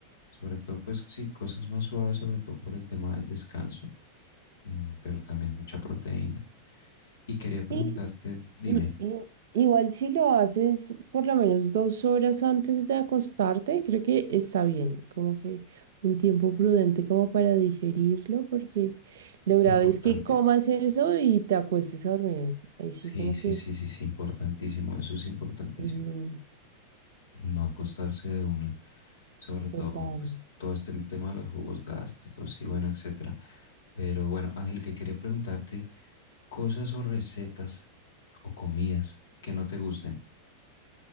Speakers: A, on the left; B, on the right.
A: sobre todo pues sí, cosas más suaves, sobre todo por el tema del descanso, mm, pero también mucha proteína. Y quería preguntarte,
B: Y,
A: dime,
B: y- y- igual si lo haces por lo menos dos horas antes de acostarte, creo que está bien, como que un tiempo prudente como para digerirlo, porque lo
A: importante.
B: grave es que comas eso y te acuestes a dormir. Así
A: Sí,
B: como
A: sí,
B: que,
A: sí, sí, sí, importantísimo, eso es importantísimo.
B: ujú,
A: No acostarse de una, sobre todo
B: total,
A: Mm. pues, todo este tema de los jugos gástricos y bueno, etcétera. Pero bueno, Ángel, que quería preguntarte cosas o recetas o comidas que no te gusten.